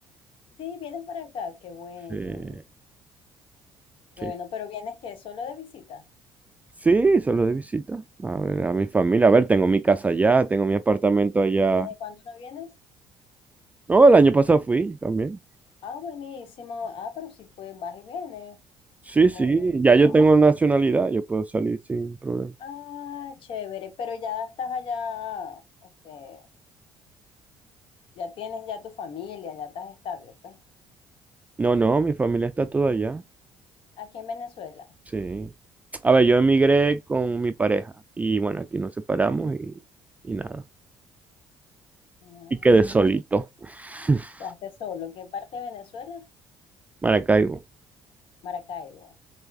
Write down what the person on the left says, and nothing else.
Sí, vienes por acá. Qué bueno.
Qué
bueno. Pero vienes que solo de visita.
¿Y desde cuándo no vienes?
Ah, buenísimo. Ah, pero sí, pues vas y vienes.
Buenísimo.
Ah, chévere, pero ya estás allá, este, ya tienes ya tu familia, ya estás estable, pues.
Aquí en Venezuela.
Ah,
chévere.
Quedaste solo. ¿Qué parte de Venezuela?
Maracaibo.